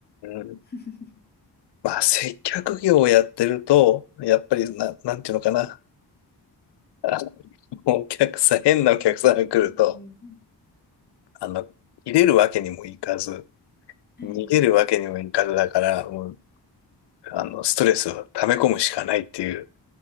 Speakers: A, on the left; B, on the left.
A: ん。
B: <laughs>
A: まあ、接客業をやってると、やっぱりな、なんていうのかな。<laughs> あの、お客さん、変なお客さんが来ると、
B: うん。
A: あの、入れるわけにもいかず、
B: はい。
A: 逃げるわけにもいかずだから、もう、あの、ストレスを溜め込むしかないっていう。